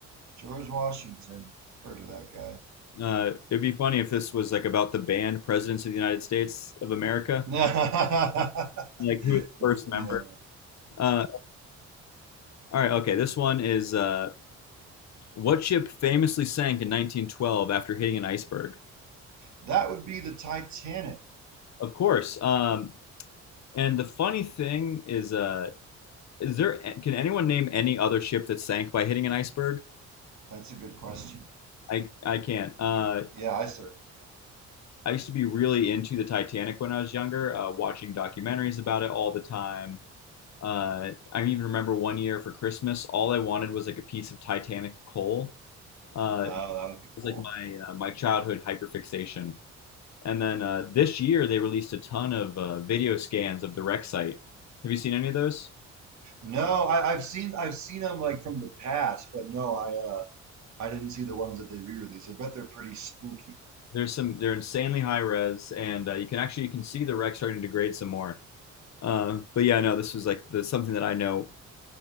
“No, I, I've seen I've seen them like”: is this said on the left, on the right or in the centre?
Right